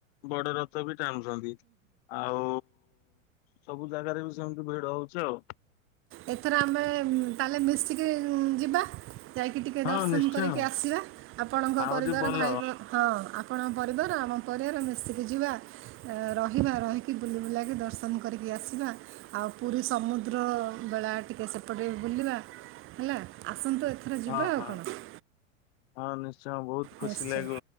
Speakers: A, on the left; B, on the right.
A: ବଡ଼ ରଥ ବି ଟାଣୁଛନ୍ତି। ଆଉ ସବୁ ଜାଗାରେ ବି ସେମିତି ଭିଡ଼ ହଉଛି ଆଉ।
B: ଏଥର ଆମେ ତାହେଲେ ମିଶିକି ଯିବା। ଯାଇକି ଟିକେ
A: ହଁ
B: ଦର୍ଶନ
A: ନିଶ୍ଚୟ
B: କରିକି ଆସିବା ଆପଣଙ୍କ
A: ଆହୁରି
B: ପରିବାର
A: ଭଲ
B: ଭାଇଭେ ହଁ। ଆପଣ ପରିବାର ଆମ ପରିବାର ମିଶିକି ଯିବା। ରହିବା ରହିକି ବୁଲି ବୁଲାକି ଦର୍ଶନ କରିକି ଆସିବା ଆଉ ପୁରୀ ସମୁଦ୍ର ବେଳା ଟିକେ ସେପଟେ ବୁଲିବା ହେଲା। ଆସନ୍ତୁ, ଏଥର ଯିବା
A: ହଁ
B: ଆଉ
A: ହଁ
B: କଣ!
A: ହଁ ନିଶ୍ଚୟ! ବହୁତ ଖୁସି
B: ନିଶ୍ଚୟ
A: ଲାଗିବ